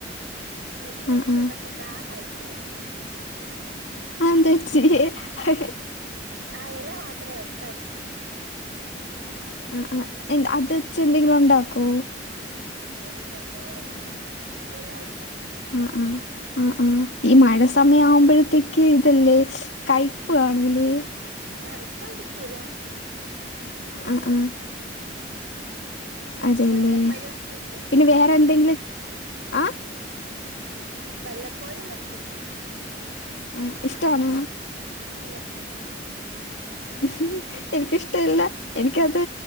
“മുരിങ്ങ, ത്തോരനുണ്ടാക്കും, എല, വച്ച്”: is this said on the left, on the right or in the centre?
Right